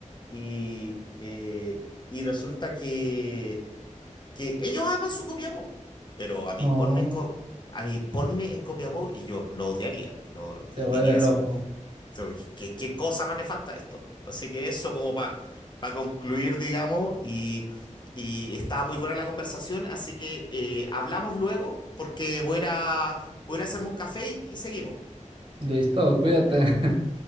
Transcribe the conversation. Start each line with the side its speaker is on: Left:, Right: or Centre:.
Left: Y, eh, y resulta que que ellos aman su Copiapó, pero a mí
Right: oh,
Left: ponme en Co- a mí ponme en Copiapó y yo lo odiaría, lo
Right: te vuelves
Left: diría
Right: loco.
Left: así como, "So, ¿qué, qué cosa más nefasta esto? Así que eso como para concluir, digamos, y, y estaba muy buena la conversación, así que eh, hablamos luego porque voy a, ir a- voy a ir a hacerme un café y y seguimos.
Right: Listo, cuídate. <laughs>